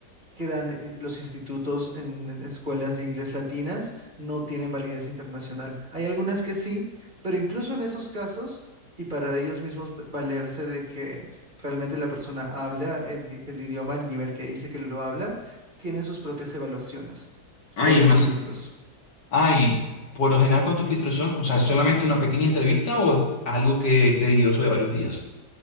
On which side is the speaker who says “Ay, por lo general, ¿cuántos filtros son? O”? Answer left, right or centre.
Left